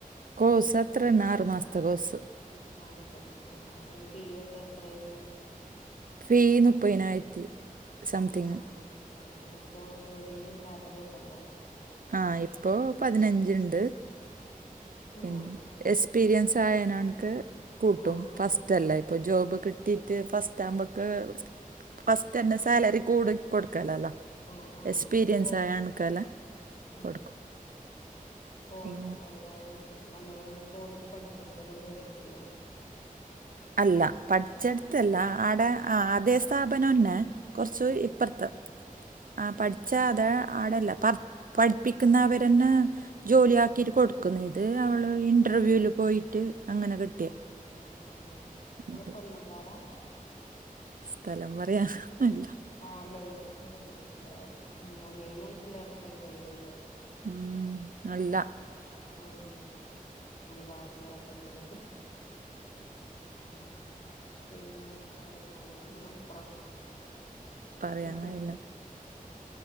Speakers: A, on the right (about 70°); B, on the left (about 50°).
A: കോഴ്സ് അത്രന്ന ആറുമാസത്തെ കോഴ്സ്
B: ആഹ് ശരി ആഹ് അന് ഫീ ഒക്കെ എത്രായിണു
A: ഫീ മുപ്പതിനായിരത്തി സംതിങ്ങ്
B: ആഹ് ആഹ് ആഹ് ന്നിട്ട് ഇപ്പോ ജോലിയില് സാലറിയൊക്കെണ്ടോ
A: ആ ഇപ്പോ പതിനഞ്ച്ണ്ട്
B: ആഹ്
A: പി എക്സ്പീരിയൻസ് ആയന എക്ക് കൂട്ടും
B: ആഹ്
A: ഫസ്റ്റ് അല്ല
B: ആഹ് ആഹ്
A: ഇപ്പൊ ജോബ്
B: ആഹ്
A: കി കിട്ടീട്ട് ഫസ്റ്റ് ആമ്പോക്ക് ഫസ്റ്റന്നെ സാലറി കൂടി കൊടുക്കലല്ലോ
B: ആ ആ
A: എക്സ്പീരിയൻസ്
B: പോ
A: ആയ ആണ്ക്കാല
B: ആ
A: കൊടുക്കും
B: പോ
A: പിന്നെ
B: എന്താ നമ്മള് കോഴ്സ് പഠിചോടുത്തന്നെ ജോലി കിട്ടിയോ
A: അല്ല പഠിച്ചെടുത്തല്ല ആടെ
B: ആ
A: ആതേ സ്ഥാപനംന്നെ കുറച്ച്
B: ആ
A: ഇപ്പുറത്ത് ആ പഠിച്ച അതാ ആടല്ല പ പഠിപ്പിക്കുന്ന അവരെന്നെ ജോലി ആക്കിട്ട്
B: ആ
A: കൊടുക്കുന്നു ഇത് അവള് ഇന്റർവ്യൂൽ പോയിട്ട് അങ്ങനെ കിട്ടിയ
B: ആ ആ ങ്ങള്
A: ഉണ്ട്
B: കൊല്ലം കാരാ
A: സ്ഥലം പറയാനല്ല
B: മേലെ <unintelligible> മെയിൻ ആയിട്ടുള്ള അപ്ഡേറ്റ്സാ ചോദിച്ചേ
A: ഉം അല്ല
B: ഉം ഞാൻ ഭാഷ കേട്ടപ്പളെ ഉം പിന്നെ വേറെ ഞങ്ങള് മലപ്പുറം
A: പറയാന്
B: ഉം.
A: കയില്ല